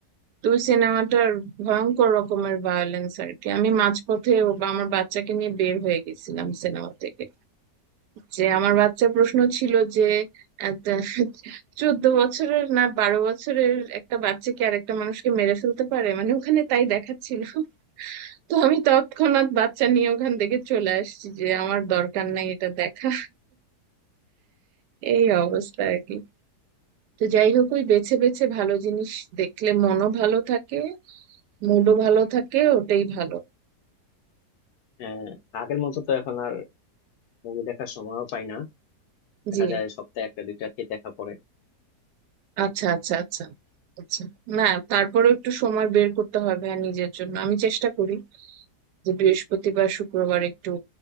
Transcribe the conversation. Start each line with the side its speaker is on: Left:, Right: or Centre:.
Right: দুই সিনেমাটার ভয়ঙ্কর রকমের ভায়োলেন্স আর কি আমি মাঝপথে ও বা আমার বাচ্চাকে নিয়ে বের হয়ে গেছিলাম সিনেমা থেকে যে আমার বাচ্চা প্রশ্ন ছিল যে একটা চোদ্দ বছরের না বারো বছরের একটা বাচ্চাকে আর একটা মানুষকে মেরে ফেলতে পারে মানে ওখানে তাই দেখাচ্ছিল তো আমি তৎক্ষণাৎ বাচ্চা নিয়ে ওখান থেকে চলে আসছি যে আমার দরকার নাই এটা দেখা এই অবস্থা আর কি তো যাই হোক ওই বেছে বেছে ভালো জিনিস দেখলে মনও ভালো থাকে মুডও ভালো থাকে ওটাই ভালো
Left: আহ, আগের মতো তো এখন আর মুভি দেখার সময়ও পাই না দেখা
Right: জি
Left: যায় সপ্তাহে একটা দুইটা কি দেখা পড়ে
Right: আচ্ছা আচ্ছা আচ্ছা আচ্ছা না তারপরেও একটু সময় বের করতে হবে আর নিজের জন্য আমি চেষ্টা করি যে বৃহস্পতিবার শুক্রবার একটু